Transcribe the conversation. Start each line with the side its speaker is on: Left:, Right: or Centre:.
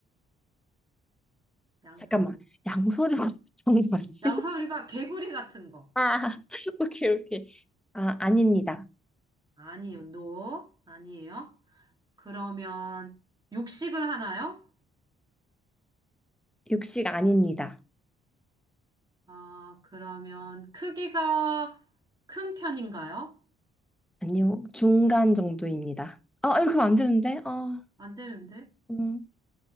Right: 양서류.
Centre: 잠깐만, 양서류가 정말지
Right: 양서류가
Centre: <laughs>
Right: 개구리 같은 거.
Centre: 아, 오케이, 오케이. 아, 아닙니다.
Right: 아니요, 노 아니에요. 그러면 육식을 하나요?
Centre: 육식 아닙니다.
Right: 아, 그러면 크기가 큰 편인가요?
Centre: 아니요, 중간 정도입니다. 아, 이렇게 하면 안 되는데? 아,
Right: 안 되는데?
Centre: 음.